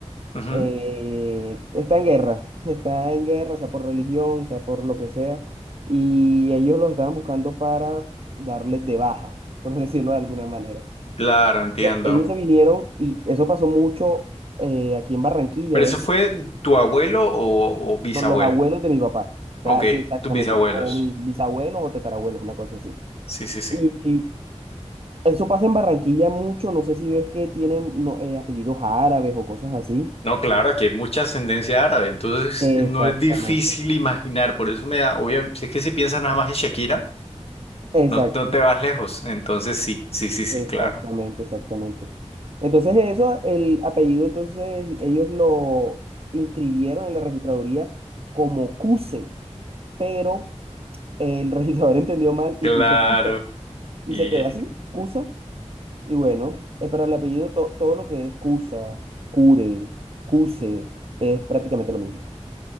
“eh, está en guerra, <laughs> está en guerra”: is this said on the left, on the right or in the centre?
Right